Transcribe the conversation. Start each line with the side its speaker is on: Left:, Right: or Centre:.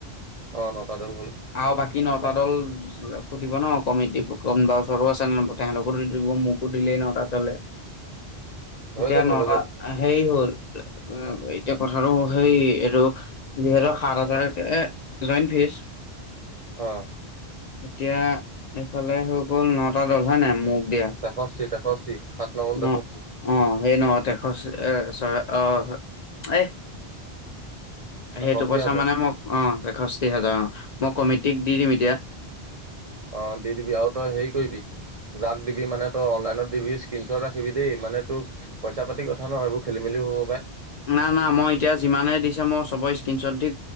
Right: অ',
Left: <inaudible>
Right: নটা দল হ'ল।
Left: আৰু বাকী নটা দল সুধিব ন' কমিটি কোনোবা ওচৰো আছে ন' নপঠাই তেহেণ্টকো দি দিব মোকো দিলেই ন'তাত হলে
Right: হৈ
Left: এতিয়া
Right: যাব
Left: নটা
Right: হৈ যাব
Left: সেই হ'ল এতিয়া কথাটো সেই এটো দুহেজাৰ সাত হাজাৰকে জইণ্ট ফিজ <inaudible>
Right: অহ
Left: এতিয়া এইফালে হৈ গ'ল নটা দল হয় নাই মো দিয়া
Right: তেষষ্ঠি তেষষ্ঠি সাত নগুণ
Left: অহ
Right: তেষষ্ঠি
Left: - অহ সেই নহ তেশচ এ ছয় অহ, এহ।
Right: তেষষ্ঠি
Left: সেইটো পইচা
Right: হাজাৰ।
Left: মানে মোক অহ এষষ্ঠি হাজাৰ অহ। মই কমিটিক দি -দিম এতিয়া।
Right: অহ, দি -দিবি আও তই হেৰি কৰিবি যাক দিবি মানে তই অনলাইনত দিবি স্ক্ৰীনশ্বট ৰাখিবি দেই মানে তোক পইচা -পাতি কথা নহ এইবোৰ খেলি - মেলি হ'ব পাই।
Left: না -না মই এতিয়া যিমানে দিছে মই চবৰে স্কনশ্বট দি